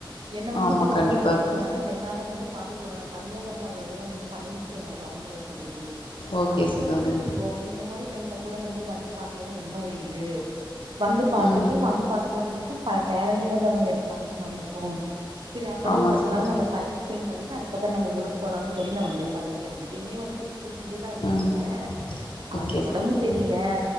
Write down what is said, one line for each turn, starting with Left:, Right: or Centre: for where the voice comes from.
Right: என்ன வந்து
Left: ஆமா
Right: கூட்டிட்டு
Left: கண்டிப்பா
Right: வந்து கட்ட
Left: இருக்கு
Right: சொன்னாங்க என்னால வந்து காட்டிட்டு வரலாம் தனியா வந்து அவ்ள தூரம் பயணிச்சு என்னால வர முடியல
Left: ஓகே
Right: அப்படிங்கும்
Left: சகோதரி
Right: போது சரி ஓகே இந்த மாதிரி டைம்ல கூட வந்து வந்து பாக்கலன்னா என்ன ஒரு இது வந்து பாத்துட்டு
Left: ம்
Right: வந்து பார்த்த மாரி இருக்கும் பல பேரனையும் வந்து அவங்க கிட்ட காமிச்ச மாதிரி இருக்கும் சரி அவங்களோட
Left: ஆமா
Right: ஒரு பத்து
Left: சகோதரி
Right: நாள் நம்ம டைம் ஸ்பெண்ட் பண்ணிட்டு அதுக்கப்புறம் நம்ம ஊருக்கு போலாம்னு சொல்லி நான் வந்துன் சகோதரி அங்கேயுமே வந்துட்டு கூப்பிட்டுட்டு தான் இருக்காங்க
Left: ம்
Right: அவர்
Left: ஓகே
Right: இந்த உடம்பு
Left: சகோதரி
Right: சரியல